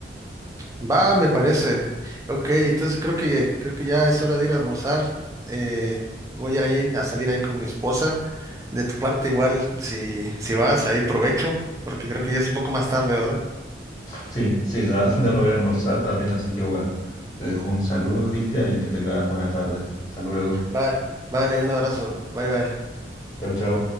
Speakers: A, on the right; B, on the left.
A: Va, me parece. Ok, entonces creo que, creo que ya es hora de ir a almorzar. Eh, voy a ir a salir ahí con mi esposa. De tu parte igual, si, si vas, ahí provecho, porque creo que ya es un poco más tarde, ¿verdad?
B: Sí, sí, ya, <laughs> ya me voy a almorzar también, así que bueno, te dejo un saludo, Cristian, y que tengas buena tarde. Hasta luego.
A: Va, vale, un abrazo. Bye bye.
B: Chao, chao.